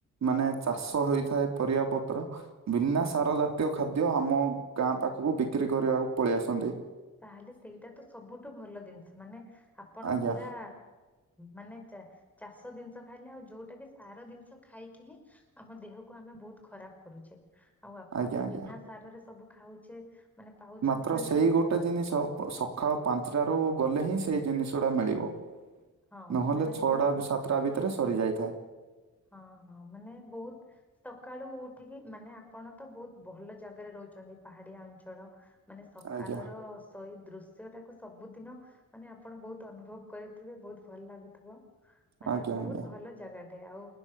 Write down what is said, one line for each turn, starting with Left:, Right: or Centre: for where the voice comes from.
Right: ମାନେ ଚାଷ ହେଇଥାଏ ପରିବା ପତ୍ର। ବିନା ସାର ଜାତୀୟ ଖାଦ୍ୟ ଆମ ଗାଁ ପାଖକୁ ବିକ୍ରି କରିବାକୁ ପଳେଇ ଆସନ୍ତି।
Centre: ତାହେଲେ ସେଇଟା ତ ସବୁଠୁ ଭଲ ଜିନିଷ ମାନେ ଆପଣ
Right: ଆଜ୍ଞା
Centre: ପୁରା ମାନେ ଚ ଚାଷ ଜିନିଷ ଖାଇଲେ ଆଉ ଯୋଉଟା କି ସାର ଜିନିଷ ଖାଇକି ହିଁ ଆମ ଦେହକୁ ଆମେ ବହୁତ ଖରାପ କରୁଛେ। ଆଉ ଆପଣ
Right: ଆଜ୍ଞା
Centre: ତ
Right: ଆଜ୍ଞା
Centre: ବିନା ସାରରେ ସବୁ ଖାଉଛେ ମାନେ ପାଉଛନ୍ତି
Right: ମାତ୍ର
Centre: ମାନେ
Right: ସେଇ ଗୋଟେ ଜିନିଷ ସକାଳ ପାଞ୍ଚଟାରୁ ଗଲେ ହିଁ ସେଇ ଜିନିଷ ଟା ମିଳିବ।
Centre: ହଁ
Right: ନହେଲେ
Centre: ମାନେ
Right: ଛଅଟା
Centre: ବହୁ
Right: ସାତଟା ଭିତରେ ସରି ଯାଇଥାଏ।
Centre: ହଁ ହଁ ମାନେ ବହୁତ ସକାଳୁ ଉଠିକି ମାନେ ଆପଣ ତ ବହୁତ ଭଲ ଜାଗାରେ ରହୁଛନ୍ତି ପାହାଡିଆ ଅଞ୍ଚଳ ମାନେ ସକାଳ
Right: ଆଜ୍ଞା
Centre: ର ସେଇ ଦୃଶ୍ୟ ଟାକୁ ସବୁଦିନ ମାନେ ଆପଣ ବହୁତ ଅନୁଭବ କରଥିବେ ବହୁତ ଭଲ ଲାଗୁଥିବ। ମାନେ
Right: ଆଜ୍ଞା
Centre: ବହୁତ
Right: ଆଜ୍ଞା
Centre: ଭଲ ଜାଗାଟେ ଆଉ